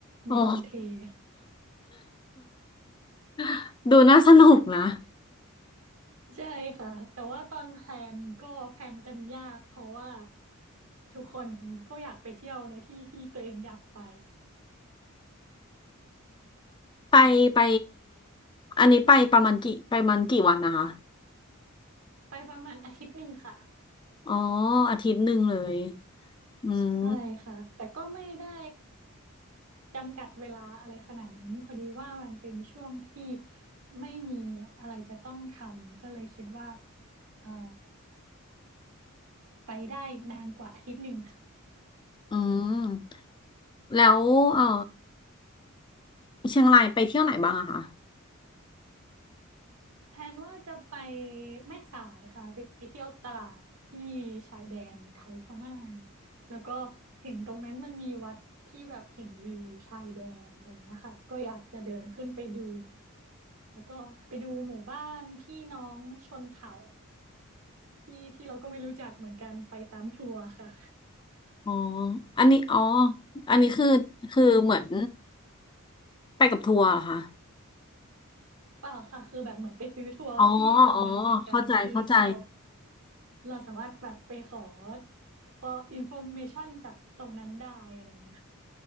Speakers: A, on the left (about 20°); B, on the right (about 85°).
A: อ๋อ
B: มีคนเทค่ะ
A: <laughs> ดูน่าสนุกนะ
B: ใช่ค่ะแต่ว่าตอนแพลนก็แพลนกันยากเพราะว่าทุกคนก็อยากไปเที่ยวในที่ที่ตัวเองอยากไป
A: ไปไปอันนี้ไปประมาณกี่ไปประมันกี่วันนะคะ
B: ไปประมาณอาทิตย์หนึ่งค่ะ
A: อ๋ออาทิตย์หนึ่งเลยอืม
B: ใช่ค่ะแต่ก็ไม่ได้จำกัดเวลาอะไรขนาดนั้นพอดีว่ามันเป็นช่วงที่ไม่มีอะไรจะต้องทำก็เลยคิดว่าเอ่อ ไปได้นานกว่าอาทิตย์หนึ่งค่ะ
A: อืมแล้วเออเชียงรายไปเที่ยวไหนบ้างอะคะ
B: แทนว่าจะไปแม่สายค่ะไปเที่ยวตลาดที่ชายแดนไทยพม่าแล้วก็เห็นตรงนั้นมันมีวัดที่แบบเห็นวิวชายแดนอะไรเงี้ยค่ะก็อยากจะเดินขึ้นไปดูแล้วก็ไปดูหมู่บ้านพี่น้องชนเผ่าที่ที่เราก็ไม่รู้จักเหมือนกันไปตามทัวร์ค่ะ
A: อ๋ออันนี้อ๋ออันนี้คือคือเหมือนไปกับทัวร์เหรอคะ
B: เปล่าค่ะคือแบบเหมือนไปซื้อทัวร์ที่ตรงนั้นเหมือนกันคือคือแบบ
A: อ๋ออ๋อเข้าใจเข้าใจ
B: เราสามารถแบบไปขอขออินโฟเมชันจากตรงนั้นได้อะไรเงี้ยค่ะ